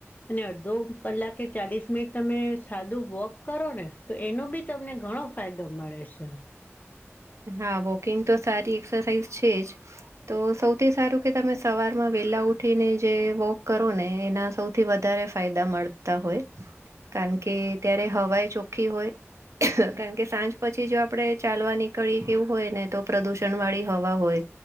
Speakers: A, on the left; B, on the right.
A: અને અડ્ધો કલાકે ચાલીસ મિનિટ તમે સાદું વોક કરો ને, તો એનો બી તમને ઘણો ફાયદો મળે ષે.
B: હા વોકિંગ તો સારી એક્સરસાઇઝ છે જ તો સૌથી સારું કે તમે સવારમાં વેલા ઉઠીને જે વોક કરો ને એના સૌ થી વધારે ફાયદા મળતા હોય, કારણ કે ત્યારે હવાઈ ચોખ્ખી હોય કારણ કે સાંજ પછી જો આપડે ચાલવા ની કડી એવું હોય ને તો પ્રદુષણ વાળી હવા હોય.